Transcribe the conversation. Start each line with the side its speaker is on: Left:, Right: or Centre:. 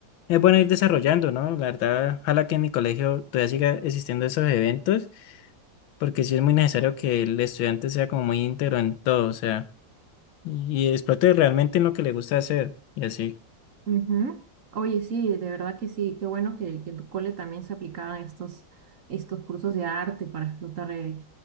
Left: Es bueno ir desarrollando, ¿no? La verdad, ojalá que en mi colegio todavía siga existiendo esos eventos, porque sí es muy necesario que el estudiante sea como muy íntegro en todo, o sea, y explote realmente en lo que le gusta hacer, y así.
Right: Ujú. Oye, sí, de verdad que sí, qué bueno que, que en tu cole también se aplicaban estos, estos cursos de arte para explotar eh,